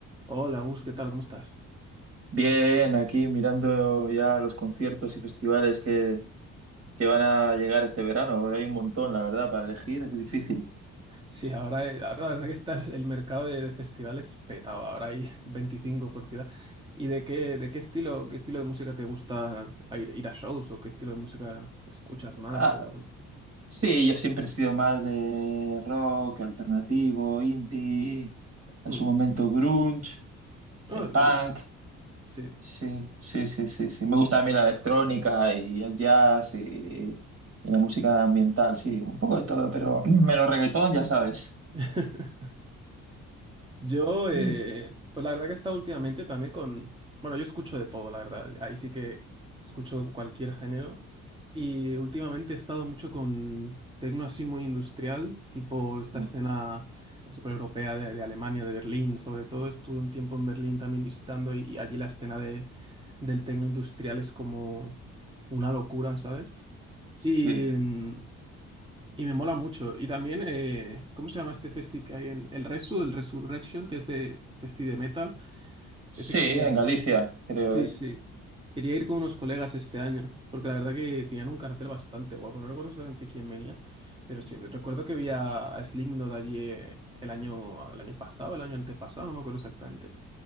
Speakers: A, on the right; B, on the right.
A: Hola, Gus, ¿qué tal? ¿Cómo estás?
B: Bien, aquí mirando ya los conciertos y festivales que, que van a llegar este verano, porque hay un montón, la verdad, para elegir, es difícil.
A: Sí, ahora, eh, ahora la verdad que está el, el mercado de, de festivales petado. Ahora hay <laughs> 25 por ciudad. ¿Y de qué, de qué estilo, qué estilo de música te gusta a ir, ir a shows? ¿O qué estilo de música escuchas más?
B: Ah,
A: O...
B: sí, yo siempre he sido más de rock, alternativo, indie, en
A: Hmm.
B: su momento grunge, eh,
A: Ah,
B: punk.
A: el grunge, sí.
B: Sí, sí, sí, sí, sí. Me gusta también la electrónica y el jazz y, y la música ambiental, sí, un poco de todo, pero <clears throat> menos reggaetón, ya sabes.
A: <laughs>
B: <laughs>
A: Yo, eh,
B: Eh,
A: pues la verdad que he estado últimamente también con, bueno, yo escucho de todo, la verdad, ahí sí que escucho cualquier género y últimamente he estado mucho con tecno así muy industrial, tipo esta
B: no,
A: escena sobre europea de, de Alemania, de Berlín, sobre todo estuve un tiempo en Berlín también visitando y, y allí la escena de, del tecno industrial es como una locura, ¿sabes?
B: sí.
A: Y, mm, y me mola mucho. Y también, eh, ¿cómo se llama este festi que hay en el Resu, el Resurrection, que es de festi de metal?
B: Sí,
A: Ese quería
B: en
A: ir.
B: Galicia, creo
A: Sí,
B: es.
A: sí. Quería ir con unos colegas este año, porque la verdad que tenían un cartel bastante guapo. No recuerdo exactamente quién venía, pero sí, recuerdo que vi a, a Slipknot allí eh, el año, el año pasado, el año antepasado, no me acuerdo exactamente.